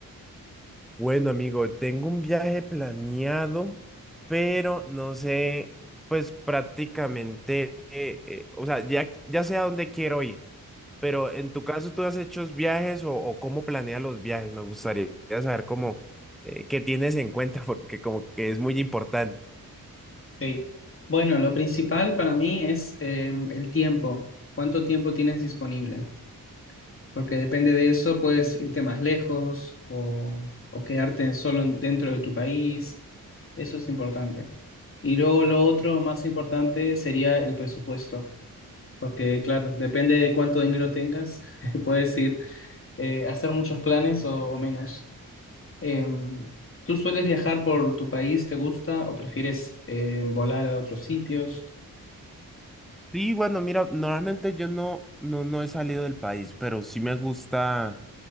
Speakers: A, in the centre; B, on the left.
A: Bueno, amigo, tengo un viaje planeado, pero no sé, pues prácticamente, eh, eh, o sea, ya, ya sé a dónde quiero ir, pero en tu caso, ¿tú has hecho viajes o, o cómo planeas los viajes? Me gustaría saber cómo, eh, qué tienes en cuenta, <laughs> porque como que es muy importante.
B: Sí. Bueno, lo principal para mí es em, el tiempo. ¿Cuánto tiempo tienes disponible? Porque depende de eso, puedes irte más lejos o, o quedarte solo en- dentro de tu país. Eso es importante. Y luego lo otro más importante sería el presupuesto. Porque claro, depende de cuánto dinero tengas, <laughs> puedes ir eh, a hacer muchos planes o, o menos. Em, ¿tú sueles viajar por tu país? ¿Te gusta o prefieres eh, volar a otros sitios?
A: Sí, bueno, mira, normalmente yo no, no, no he salido del país, pero sí me gusta.